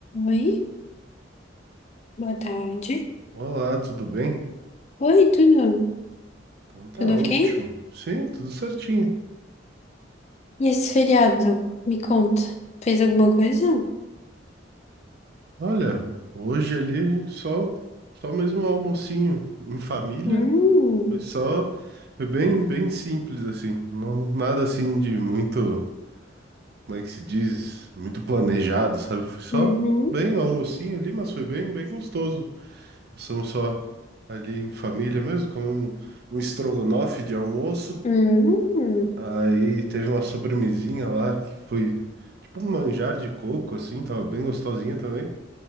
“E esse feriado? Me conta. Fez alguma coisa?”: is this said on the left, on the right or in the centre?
Left